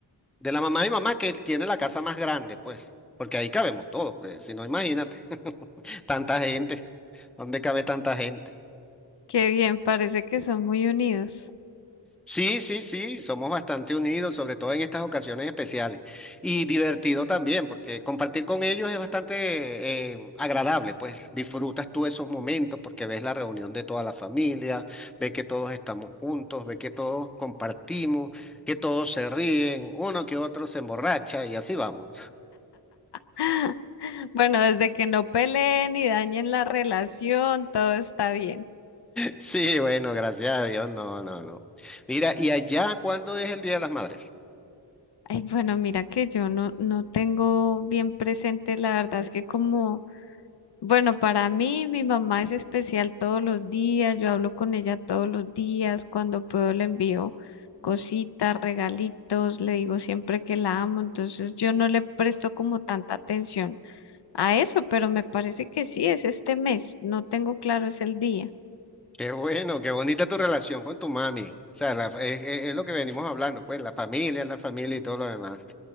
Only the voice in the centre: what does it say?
De la mamá de mi mamá que él tiene la casa más grande, pues, porque ahí cabemos todos, porque si no, imagínate, tanta gente, ¿dónde cabe tanta gente?
Sí, sí, sí, somos bastante unidos, sobre todo en estas ocasiones especiales. Y divertido también, porque compartir con ellos es bastante eh, agradable, pues disfrutas tú esos momentos porque ves la reunión de toda la familia, ves que todos estamos juntos, ves que todos compartimos, que todos se ríen, uno que otro se emborracha y así vamos.
Sí, bueno, gracias a Dios, no, no, no. Mira, ¿y allá cuándo es el Día de las Madres?
Qué bueno, qué bonita tu relación con tu mami. O sea, la fa- es, es- es lo que venimos hablando, pues la familia, la familia y todo lo demás.